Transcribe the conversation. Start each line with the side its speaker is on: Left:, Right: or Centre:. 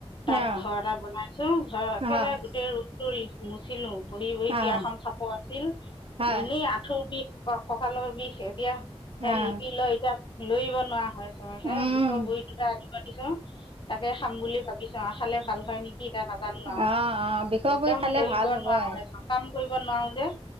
Left: তাত
Right: অঁ
Left: ঘৰ এটা বনাইছোঁ, ঘৰৰ একেবাৰে
Right: হয়
Left: গোটেই ৰুমটো ৰি মুছিলো বহি-বহি
Right: অঁ
Left: পিৰাখন চাপৰ আছিল,
Right: হয়
Left: এনেই আঁঠুৰ বিষ, ক-কঁকালৰ বিষ এতিয়া সেই
Right: অঁ
Left: লিপি লৈ এতিয়া লৰিব নোৱাৰা হৈ আছোঁ মই সেই
Right: অঁ
Left: বিষৰ ভৰি দুটা আ পাতিছোঁ তাকে খাম বুলি ভাবিছোঁ আৰু খালে ভাল হয় নে টি টা নাজানো
Right: অঁ
Left: আৰু
Right: অঁ বিষৰ
Left: একদম
Right: বৰি খালে
Left: লৰিব
Right: ভাল হ'বই
Left: নোৱাৰো, কাম কৰিব নোৱাৰো যে?